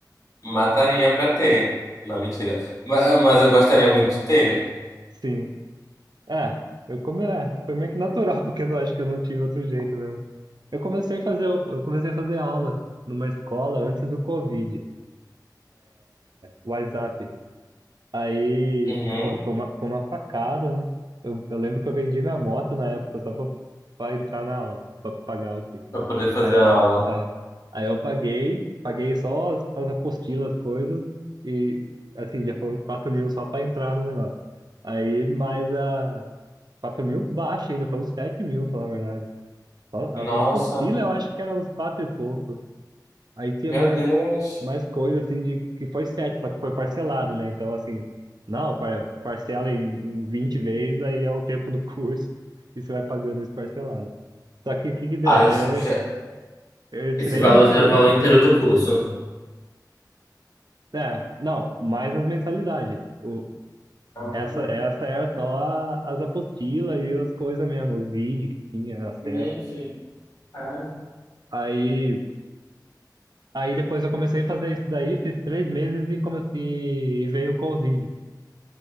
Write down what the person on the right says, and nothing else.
Sim. É, eu come, é, foi meio que natural, <laughs> porque eu não acho que eu não tive outro jeito mesmo. Eu comecei a fazer, eu comecei a fazer aula numa escola antes do Covid, WhatsApp. Aí,
pô, foi uma, foi uma facada, né? Eu, eu lembro que eu vendi minha moto na época só pra, pra entrar na aula, pra pagar o curso.
Aí eu,
é, aí eu paguei, paguei só as, as apostilas, as coisas, e assim, já foram quatro mil só pra entrar no negócio. Aí mais a quatro mil baixo ainda, foram sete mil, pra falar a verdade. Só As
apostilas eu acho que eram uns 4 e pouco. Aí tinha
mais,
mais coisa assim de que foi sete, só que foi parcelado, né? Então, assim, não, par- parcela em, em 20 vezes, aí é o tempo do curso <laughs> e você vai pagando isso parcelado. Só que o que que deu?
Daí eu,
en- eu entrei
no
curso,
é, não, mais as mensalidades. O,
essa, essa era só a- as apostilas e as coisas mesmo, os vídeos que tinha acesso.
Aí, aí depois eu comecei a fazer isso daí, fiz três meses e, comecei, e veio o Covid.